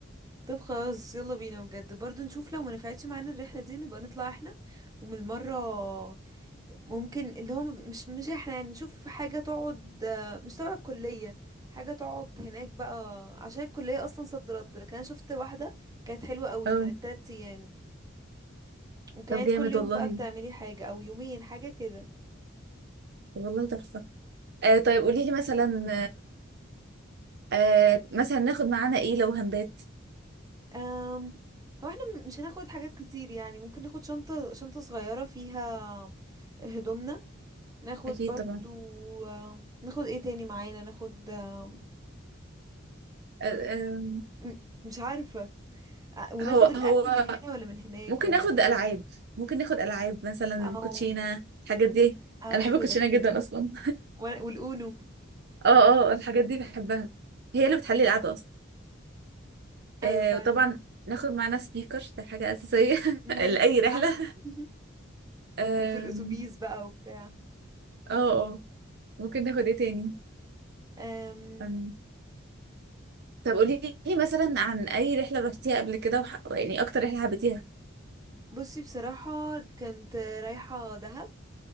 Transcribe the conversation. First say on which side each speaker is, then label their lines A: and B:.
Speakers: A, on the right (about 20°); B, on the right (about 55°).
A: طب خلاص يلا بينا بجد برضو نشوف لو ما نفعتش معانا الرحلة دي نبقى نطلع احنا ومن المرة ممكن اللي هو مش مش احنا يعني نشوف حاجة تقعد آه، مش تبع الكلية حاجة تقعد هناك بقى عشان الكلية اصلا صد رد لكن انا شفت واحدة كانت حلوة قوي
B: اه
A: كانت تلات ايام وكانت
B: طب جامد
A: كل يوم
B: والله
A: بقى بتعملي حاجة او يومين حاجة كده
B: والله تحفة آه طيب قولي لي مثلا آه مثلا ناخد معانا ايه لو هندات
A: أم هو احنا م- مش هناخد حاجات كتير يعني ممكن ناخد شنطة شنطة صغيرة فيها هدومنا ناخد
B: اكيد
A: برضو
B: طبعا
A: آه، ناخد ايه تاني معانا ناخد آم،
B: آه آم،
A: م- مش عارفة آه، وناخد
B: هو
A: الأكل
B: هو
A: من هنا ولا من هناك
B: ممكن
A: ولا
B: ناخد
A: ايه
B: العاب ممكن ناخد العاب مثلا
A: او
B: كوتشينه الحاجات دي
A: او
B: انا
A: حلو
B: بحب الكوتشينه
A: ده
B: جدا اصلا
A: وأنا- والأونو
B: <laughs> اه اه الحاجات دي بحبها هي اللي بتحلي القعده اصلا
A: ايوه
B: آه
A: فعلا
B: وطبعا ناخد معانا سبيكر ده حاجه اساسيه
A: امم
B: <laughs> لاي رحله
A: صح <laughs>
B: آم،
A: وفي الأتوبيس بقى وبتاع
B: اه اه ممكن ناخد ايه تاني
A: أم
B: أم، طب قولي لي مثلا عن اي رحله رحتيها قبل كده وح... يعني اكتر رحله حبيتيها
A: بصي بصراحة كنت رايحة دهب